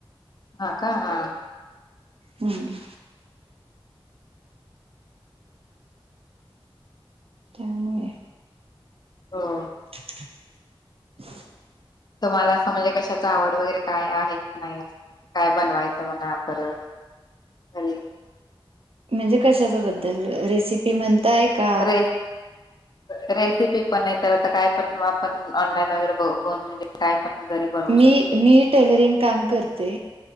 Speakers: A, on the left (about 45°); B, on the right (about 85°).
A: हा का हा.
B: हम्. कामुळे आहे.
A: हो.
B: <unintelligible>
A: तुम्हाला असं म्हणजे कशाच आवड वगैरे काय आहे का नाही. काय बनवायचं म्हणा परत घरी
B: म्हणजे कशाच्या बद्दल रेसिपी म्हणताय. का
A: रेस. रेसिपी पण नाही तर आता काय पण आपण ऑनलाईन वगैरे बघुन म्हणजे काय पण घरी बनवू
B: मी
A: शकतो
B: मी टेलरिंग काम करते